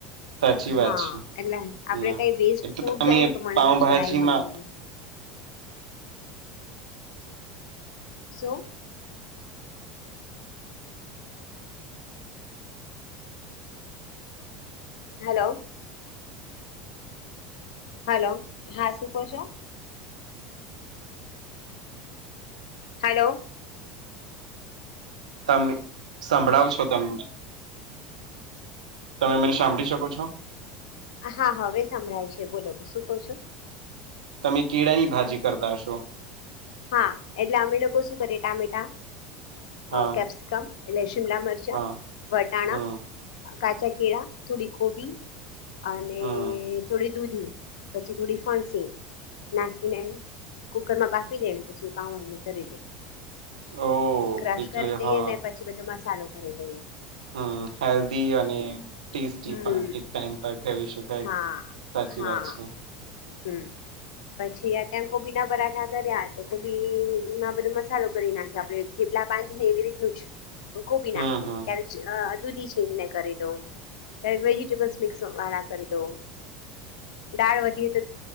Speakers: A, on the right (about 70°); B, on the left (about 60°).
A: સાચી
B: <unintelligible> હા
A: વાત છે
B: એટલે આપડે
A: ના
B: કઈ વેસ્ટ
A: એ તો
B: ફૂટ
A: તમે
B: જાયને તો મને
A: પાઉભાજીમાં
B: તો જરાય વામે નહી. સો. હલો હેલો હા શું કહો છો હલો
A: તમે સંભળાવ છો તમે તમે મને સાંભળી શકો છો.
B: હા હા હવે સાંભળાય છે બોલો શું ક છો.
A: તમે કીળા ની ભાજી કરતા હશો.
B: હા એટલે અમે લોકો શું કરી ટામેટા.
A: હા
B: કેપ્સિકમ એ શિમલા મરચ
A: હા
B: વટાણા.
A: હમ
B: કાચા કેળા થોડી કોબી અને.
A: હમ
B: થોડી દૂધી પછી થોડી ફણસી નાખીને કુકરમાં બા. આપી દે પછી કામ કરી દે
A: ઓ
B: ક્રશ
A: એટલે
B: કરી દઈએ
A: હા
B: ને પછી બધો મસાલો કરી દઈએ
A: હમ હેલ્ધ અને ટેસ્ટી
B: હમ
A: પણ એક ટાઈમ પર કવી શકાય
B: હા
A: સાચી
B: હા
A: વાત છે
B: હમ પછી ત્યાં કોબી ના પરાઠા કર્યા તો કોબીમાં બધો મસાલો કરી નાખી આપડે ીપલા બાંધી ને એવી રીતનું કોબી
A: હમ
B: નાખીને્યારે
A: હમ
B: દૂધી છીણીને કરી દઉ વેજીિટેબલ્સ મિક્સ વાળા કરી દઉ દાળ વધી તો